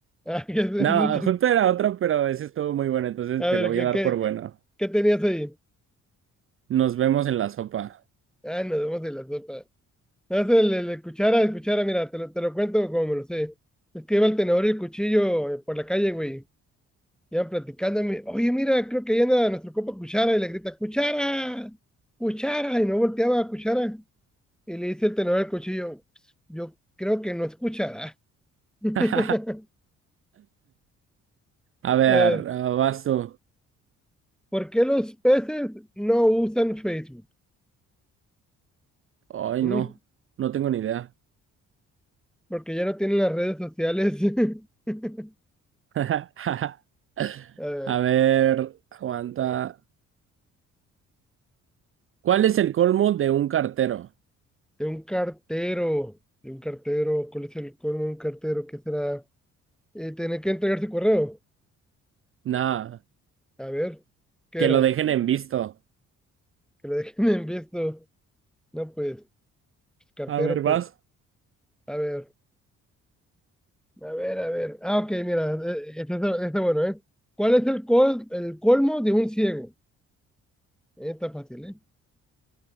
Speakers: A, in the centre; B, on the right.
A: Ah, <laughs> que es, es
B: No,
A: un chiste.
B: justo era otra, pero ese estuvo muy bueno, entonces
A: A
B: te
A: ver,
B: lo voy
A: ¿qué,
B: a dar
A: qué,
B: por bueno.
A: qué tenías ahí?
B: Nos vemos en la sopa.
A: Ah, nos vemos en la sopa. No, es el, el- el cuchara, el cuchara, mira, te lo, te lo cuento como me lo sé. Es que iba el tenedor y el cuchillo eh, por la calle, güey. Iban platicando, y me, oye, mira, creo que llena nuestro copa Cuchara y le grita, Cuchara, Cuchara, y no volteaba a Cuchara. Y le dice el tenedor al cuchillo, "Pues, yo creo que no es Cuchara. <laughs>
B: <laughs> A ver,
A: Eh,
B: ah, vas tú.
A: ¿Por qué los peces no usan Facebook?
B: Ay,
A: ¿Mm?
B: no, no tengo ni idea.
A: Porque ya no tienen las redes sociales. <laughs>
B: <laughs>
A: A ver,
B: A ver, aguanta. ¿Cuál es el colmo de un cartero?
A: de un cartero, de un cartero, ¿cuál es el colmo de un cartero? ¿Qué será? Eh, tener que entregar su correo.
B: Nada,
A: A ver, ¿qué
B: que
A: era?
B: lo dejen en visto.
A: Que lo dejen en visto. No, pues, Cartero,
B: A ver, vas.
A: pues, a ver, a ver, a ver. Ah, ok, mira, eh, este, este, este bueno, ¿eh? ¿Cuál es el, col, el colmo de un ciego? Eh, está fácil, ¿eh?